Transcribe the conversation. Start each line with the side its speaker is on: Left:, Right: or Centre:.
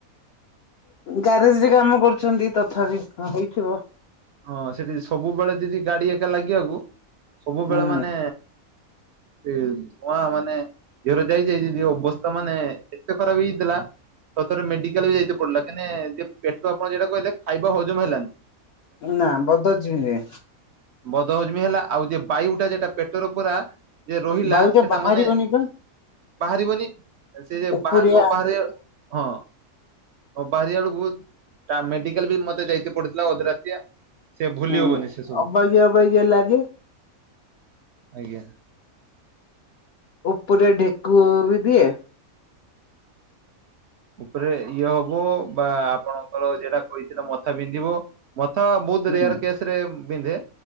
Left: ଗ୍ୟାରେଜ ରେ କାମ କରୁଛନ୍ତି ତଥାପି ହଁ ହେଇଥିବ।
Right: ହଁ, ସେଠି ସବୁବେଳେ ଦିଦି ଗାଡି ଏକା ଲାଗିଆକୁ ସବୁବେଳେ
Left: ହୁଁ
Right: ମାନେ ସେ ଧୂଆଁ ମାନେ ଗିଅର ଯାଇଯାଇ ଯିଦି ଅବସ୍ଥା ମାନେ ଏତେ ଖରାପ ହେଇଥିଲା ସତରେ ମେଡିକାଲ ବି ଯାଇତେ ପଡିଲା କାଇଁନେ ପେଟ ଆପଣ ଯେଟା କଇଲେ ଖାଇବା ହଜମ ହେଲାନି।
Left: ନା ବଦ ଅଜମି ରେ।
Right: ବଦହଜମି ହେଲା ଆଉ ଯ ବାୟୁ ଟା ଯେଟା ପେଟର ପୁରା ଯ ରହିଲା
Left: ବାୟୁ ଟା
Right: ସେଟା
Left: ବାହାରିବନି
Right: ମାନେ
Left: ବା
Right: ବାହାରିବନି ସେ ଯେ
Left: ଉପରିଆ
Right: ବାହା ନ ବାହାରିବାର ହଁ, ନ ବାହାରି ବାରୁ ବହୁତ୍ ମେଡିକାଲ୍ ବି ମତେ ଯାଇତେ ପଡିଥିଲା ଅଧ ରାତିଆ କେ ଭୁଲି
Left: ହୁଁ
Right: ହବନି ସେ ସବୁ
Left: ଅବାଗିଆ ଅବାଗିଆ ଲାଗେ
Right: ଆଜ୍ଞା।
Left: ଉପରେ ଡେକୁ ବି ଦିଏ।
Right: ଉପରେ ଇଏ ହବ ବା ଆପଣଙ୍କର ଯଟା କହିଥିଲେ ମଥା ବିନ୍ଧିବ। ମଥା ବହୁତ
Left: ହୁଁ
Right: ରେୟାର କେସ ରେ ବିନ୍ଧେ